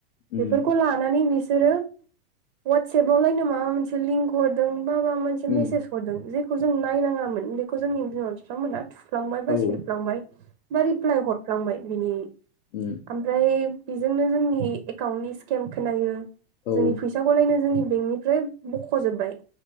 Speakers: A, on the left; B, on the right.
A: उम
B: बेफोरखौ ला <unintelligible> बिसोरो वाट्साबावलायनो माबामोनसे लिंहरदों बा बामोनसे
A: उम
B: हरदों जेखौ जों नायनाङामोन बेखौ जोंनि बिनाव बिफामोना थुफ्लांबाय बा
A: औ
B: सेरफ्लांबाय बा रिप्लाय हरफ्लांबाय बिनि
A: उ
B: ओमफ्राय बेजोंनो जोंनि एकाउन्टनि स्केम खोनायो
A: औ
B: जोंनि फै फिसाखौलायनो जोंनि बेंकनिफ्राय बख'जोबबाय